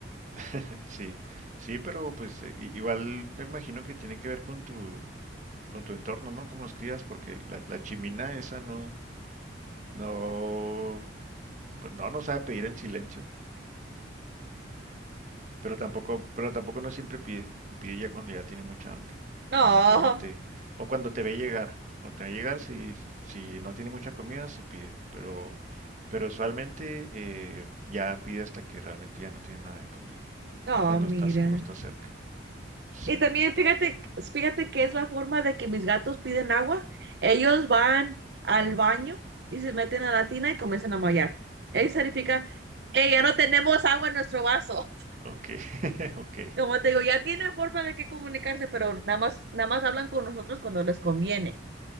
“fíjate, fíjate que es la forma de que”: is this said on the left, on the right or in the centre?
Right